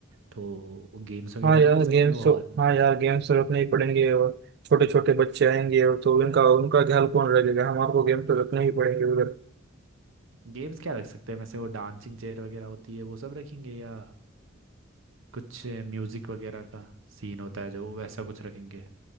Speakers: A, on the right; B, on the right.
A: तो गेम्स वगैरह
B: हाँ यार
A: भी कर
B: गेम्स
A: सकते हैं वो हॉल
B: तो
A: में
B: हाँ यार
A: तो
B: गेम्स तो रखने ही पड़ेंगे और छोटे छोटे बच्चे आएंगे और तो उनका उनका ख्याल कौन रखेगा हमारे को गेम तो रखने ही पड़ेंगे उधर
A: गेम्स क्या रख सकते हैं वैसे वो डांसिंग चेयर वगैरह होती है वो सब रखेंगे या कुछ म्यूजिक वगैरह का सीन होता है जो वैसा कुछ रखेंगे